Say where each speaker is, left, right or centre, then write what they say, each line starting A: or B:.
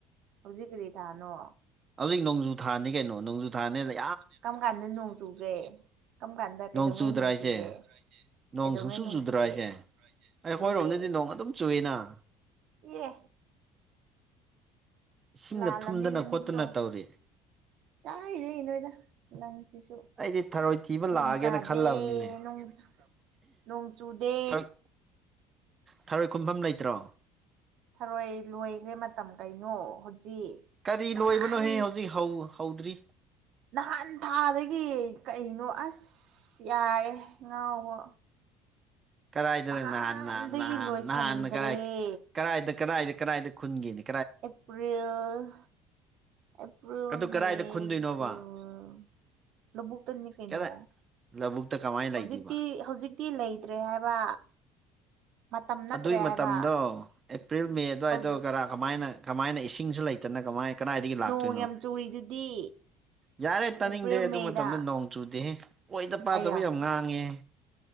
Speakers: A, on the right (about 65°); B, on the right (about 30°).
A: ꯍꯧꯖꯤꯛ ꯀꯔꯤ ꯊꯥꯅꯣ
B: ꯍꯧꯖꯤꯛ ꯅꯣꯡꯖꯨ ꯊꯥꯅꯤ ꯀꯩꯅꯣ ꯅꯣꯡꯖꯨ ꯊꯥꯅꯦ ꯂꯩ
A: ꯀꯔꯝ ꯀꯥꯟꯗ ꯅꯣꯡ ꯆꯨꯒꯦ ꯀꯔꯝ ꯀꯥꯟꯗ ꯀꯩꯗꯧꯉꯩ
B: ꯆꯨꯗ꯭ꯔꯥ
A: ꯅꯣꯡ
B: ꯍꯥꯏꯁꯦ
A: ꯆꯨꯒꯦ
B: ꯅꯣꯡ
A: ꯀꯩꯗꯧꯉꯩ
B: ꯁꯨꯡꯆꯨ
A: ꯅꯣꯡ
B: ꯆꯨꯗ꯭ꯔꯥ
A: ꯆꯨꯒꯦ
B: ꯍꯥꯏꯁꯦ ꯑꯩꯈꯣꯏꯔꯣꯝꯗꯗꯤ
A: ꯆꯨꯗꯦ
B: ꯅꯣꯡ ꯑꯗꯨꯝ ꯆꯨꯏꯅ
A: ꯑꯦ
B: ꯏꯁꯤꯡꯒ
A: ꯂꯥꯜꯂꯝꯅꯤ
B: ꯊꯨꯝꯗꯅ
A: ꯅꯨꯃꯤꯠꯇꯣ
B: ꯈꯣꯠꯇꯅ ꯇꯧꯔꯤ
A: ꯇꯥꯏꯗꯩ ꯅꯣꯏꯅ ꯅꯪꯁꯤꯁꯨ
B: ꯑꯩꯗꯤ ꯊꯔꯣꯏ ꯊꯤꯕ ꯂꯥꯛꯑꯒꯦꯅ
A: ꯅꯨꯡ ꯇꯗꯦ
B: ꯈꯜꯂꯕꯅꯤꯅꯦ
A: ꯅꯨꯡ ꯅꯣꯡꯆꯨꯗꯦ
B: ꯊꯔꯣꯏ ꯊꯔꯣꯏ ꯈꯨꯝꯐꯝ ꯂꯩꯇ꯭ꯔꯣ
A: ꯊꯔꯣꯏ ꯂꯣꯏꯈ꯭ꯔꯦ ꯃꯇꯝ ꯀꯩꯅꯣ ꯍꯧꯖꯤꯛ
B: ꯀꯔꯤ
A: ꯅꯍꯥꯟ
B: ꯂꯣꯏꯕꯅꯣꯍꯦ ꯍꯧꯖꯤꯛ ꯍꯧ ꯍꯧꯗ꯭ꯔꯤ
A: ꯅꯍꯥꯟ ꯊꯥꯗꯒꯤ ꯀꯩꯅꯣ ꯑꯁ ꯌꯥꯔꯦ ꯉꯥꯎꯕ
B: ꯀꯔꯥꯏꯗꯅ
A: ꯅꯍꯥꯟꯗꯒꯤ
B: ꯅꯍꯥꯟ ꯅꯍꯥꯟ
A: ꯂꯣꯏꯁꯤꯟꯈ꯭ꯔꯦ
B: ꯅꯍꯥꯟꯅ ꯀꯔꯥꯏ ꯀꯔꯥꯏꯗ ꯀꯗꯥꯏꯗ ꯀꯗꯥꯏꯗ ꯈꯨꯟꯒꯅꯤ
A: ꯑꯦꯄ꯭ꯔꯤꯜ ꯑꯦꯄ꯭ꯔꯤꯜ
B: ꯑꯗꯨ
A: ꯃꯦ
B: ꯀꯗꯥꯏꯗ ꯈꯨꯟꯗꯣꯏꯅꯣꯕ
A: ꯖꯨꯟ ꯂꯧꯕꯨꯛꯇꯅꯤ ꯀꯩꯅꯣ
B: ꯀꯗꯥꯏ ꯂꯧꯕꯨꯛꯇ ꯀꯃꯥꯏꯅ
A: ꯍꯧꯖꯤꯛꯇꯤ
B: ꯂꯩꯗꯣꯏꯕ
A: ꯍꯧꯖꯤꯛ ꯇꯤ ꯂꯩꯇ꯭ꯔꯦ ꯍꯥꯏꯕ ꯃꯇꯝ ꯅꯠꯇ꯭ꯔꯦ
B: ꯑꯗꯨꯒꯤ
A: ꯍꯥꯏꯕ
B: ꯃꯇꯝꯗꯣ ꯑꯦꯄ꯭ꯔꯤꯜ ꯃꯦ ꯑꯗꯨꯋꯥꯏꯗꯧ
A: ꯍꯧꯖꯤꯛ
B: ꯀꯔꯥ ꯀꯃꯥꯏꯅ ꯀꯃꯥꯏꯅ ꯏꯁꯤꯡꯁꯨ ꯂꯩꯇꯅ ꯀꯃꯥꯏ ꯀꯏꯗꯒꯤ ꯂꯥꯛꯇꯣꯏ
A: ꯄꯣꯡ ꯌꯥꯝ ꯆꯨꯔꯤꯗꯨꯗꯤ
B: ꯌꯥꯔꯦ ꯇꯥꯅꯤꯡꯗꯦ
A: ꯑꯦꯄ꯭ꯔꯤꯜ
B: ꯑꯗꯨ
A: ꯃꯦꯗ
B: ꯃꯇꯝꯗ ꯅꯣꯡ ꯆꯨꯗꯦꯍꯦ ꯑꯣꯏꯗ ꯄꯥꯗꯕ
A: ꯑꯌꯥ
B: ꯌꯥꯝ ꯉꯥꯡꯉꯤꯍꯦ